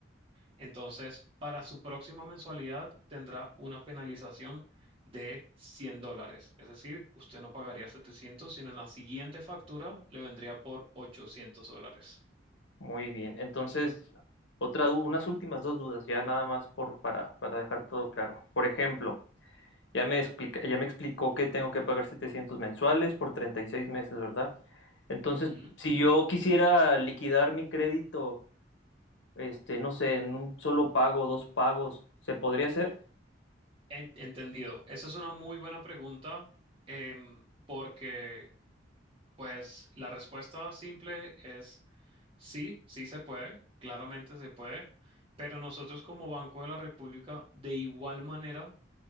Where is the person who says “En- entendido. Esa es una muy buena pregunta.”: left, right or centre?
Right